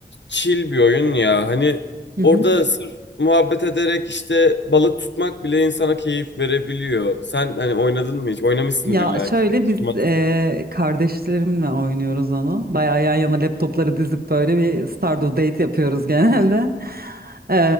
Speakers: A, on the left; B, on the right.
A: chill bir oyun ya. Hani
B: Hı hı.
A: orada sırf muhabbet ederek işte balık tutmak bile insana keyif verebiliyor. Sen hani oynadın mı hiç? Oynamışsındır
B: Ya
A: illa
B: şöyle
A: ki. Çıkmaz.
B: biz eee, kardeşlerimle oynuyoruz onu. Bayağı yan yana laptopları dizip böyle bir Stardew Date yapıyoruz <laughs> genelde. Eee,